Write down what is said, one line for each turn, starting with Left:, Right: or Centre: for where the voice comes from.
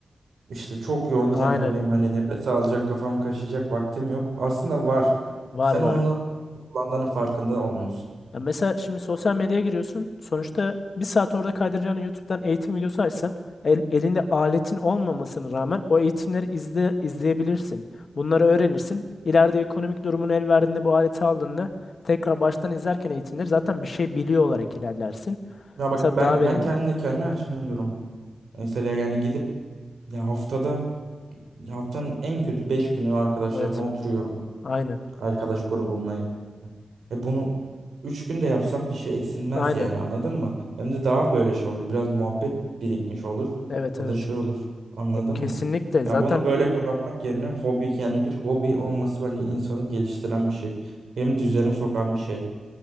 Right: İşte çok yoğun tempodayım.
Left: Aynen.
Right: Hani nefes alacak, kafam kaşıyacak vaktim yok. Aslında var.
Left: Var
Right: Sen
Left: var.
Right: onu nasıl kullandığının farkında olmuyorsun.
Left: Ya mesela şimdi sosyal medyaya giriyorsun. Sonuçta bir saat orada kaydıracağını YouTube'dan eğitim videosu açsan el- elinde aletin olmamasına rağmen o eğitimleri izle, izleyebilirsin. Bunları öğrenirsin. İleride ekonomik durumun el verdiğinde bu aleti aldığında tekrar baştan izlerken eğitimleri zaten bir şey biliyor olarak ilerlersin.
Right: Ya bak
Left: Mesela
Right: ben
Left: daha verimli
Right: ben kendine
Left: olur.
Right: kendi açımdan diyorum. Mesela yani gidip ya haftada ya haftanın en kötü 5 günü arkadaşlarımla
Left: Evet.
Right: oturuyorum.
Left: Aynen.
Right: Arkadaş grubumla. E bunu üç günde yapsam bir şey eksilmez
Left: Aynen.
Right: yani anladın mı? Hem de daha böyle şey olur. Biraz muhabbet birikmiş olur.
Left: Evet
Right: Ya
Left: evet.
Right: da şey olur. Anladın
Left: E, kesinlikle
Right: mı? Ya
Left: zaten
Right: bunu böyle kullanmak yerine hobi yani bir hobi olması bence insanı geliştiren bir şey. Hem düzene sokan bir şey.